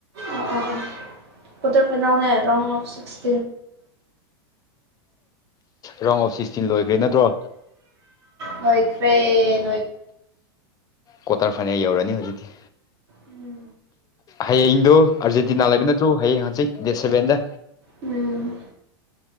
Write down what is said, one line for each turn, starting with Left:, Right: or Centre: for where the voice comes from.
Right: ꯑꯣ ꯑꯣ ꯑꯣ ꯀꯣꯇꯔ ꯐꯅꯅꯥꯅ ꯍꯥꯏꯔꯥꯎ ꯑꯣꯐ ꯁꯤꯁ
Left: ꯔꯣꯡ ꯑꯣꯐꯤꯁ ꯇꯤꯟ ꯂꯣꯏꯒ꯭ꯔꯦ ꯅꯠꯇ꯭ꯔꯣ
Right: ꯍꯣꯏꯈ꯭ꯔꯦ
Left: ꯀ꯭ꯣꯋꯇꯔ ꯐꯥꯏꯅꯦꯜ ꯌꯧꯔꯅꯤ ꯍꯧꯖꯤꯛꯇꯤ
Right: ꯎꯝ
Left: ꯍꯌꯦꯡꯗꯨꯣ ꯑꯥꯔꯖꯦꯟꯇꯤꯅꯥ ꯂꯩꯕ ꯅꯠꯇ꯭ꯔꯣ ꯍꯌꯦꯡ ꯍꯪꯆꯤ ꯗꯦꯠ ꯁꯦꯚꯦꯟꯗ
Right: ꯎꯝ